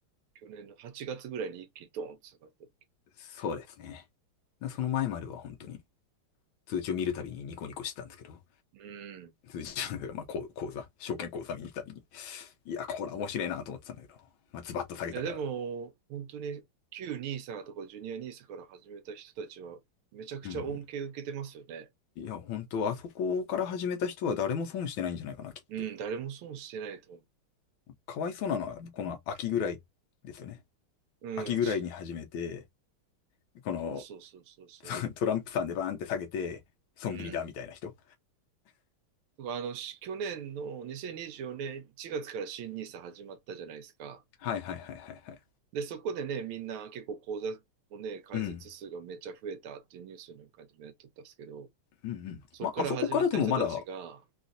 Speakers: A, on the right; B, on the left.
A: 去年の8月ぐらいに一気にドーンと下がった時。
B: そうですね。その前までは本当に通知を見るたびにニコニコしてたんですけど、
A: うん。
B: <laughs> まあ、こう講座、証券講座見に行ったりに。いや、これ面白いなと思ってたんだけど、まあ、ズバッと下げたから。
A: いや、でも、本当に旧ニーサとかジュニアニーサから始めた人たちは、めちゃくちゃ恩恵受けてますよね。
B: うん。いや、本当あそこから始めた人は誰も損してないんじゃないかな、きっと。
A: うん、誰も損してないと思
B: かわいそうなのは、この秋ぐらいですよね。
A: う。
B: 秋ぐらいに始めて、
A: うん、し、
B: この
A: そうそうそうそうそう。
B: <laughs> トランプさんでバーンって下げて、損切りだ、
A: うん。
B: みたいな人。
A: だからあの、し去年の2024年1月から新ニーサ始まったじゃないですか。
B: はいはいはいはいはい。
A: で、そこでね、みんな結構口座をね、開設数がめっちゃ増えたっていうニュースなんかでもやっとったんですけど、
B: うん。うんうん。
A: そこから始まった人たちが、
B: まあ、あそこからでもまだ、